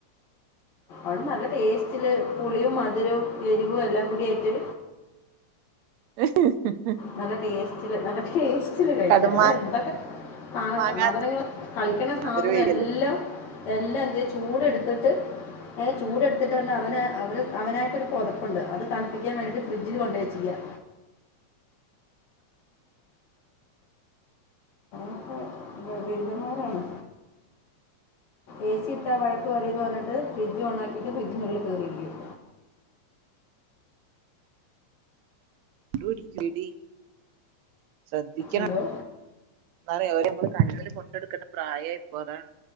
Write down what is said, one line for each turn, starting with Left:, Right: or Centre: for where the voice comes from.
Left: അത് നല്ല ടേസ്റ്റില് പുളിയും മധുരവും എരിവും എല്ലാ എല്ലാം കുടി ആയിട്ട്
Right: ഉഹു ഉഹ്
Left: നല്ല ടേസ്റ്റില് നല്ല ടേസ്റ്റില് കഴിച്ച
Right: കടുമാങ്ങ
Left: വേറെ എന്തൊക്കെ കാണ
Right: മാങ്ങാ
Left: സാധനങ്ങൾ കളിക്കണ സാധനം
Right: അതൊരു പേടിയല്ലേ
Left: എല്ലാം എല്ലാം ദേ ചൂടെടുത്തിട്ട് ഏ ചൂടെടുത്തിട്ട് പറഞ്ഞ് അവന് അവ അവനായിട്ടൊരു പുതപ്പുണ്ട് അത് തണുപ്പിക്കാൻ വേണ്ടിട്ട് ഫ്രിഡ്ജിൽ കൊണ്ടുപോയി വെച്ചിരിക്ക ആ അ ബിരുദന്മാരാണ് എ സി ഇട്ടാ വഴക്ക് പറയുന്ന് പറഞ്ഞിട്ട് ഫ്രിഡ്ജ് ഓണാക്കിട്ട് ഫ്രിഡ്ജിനുള്ളിൽ കറിയിരിക്കും
Right: എന്തുവാടി കൃതി ശ്രദ്ധിക്കണ
Left: എന്തോ
Right: എന്ന്റയോ നമ്മള് കണ്ണിൽ കൊണ്ടെടക്കേണ്ട പ്രായാ ഇപ്പോ അതാണ്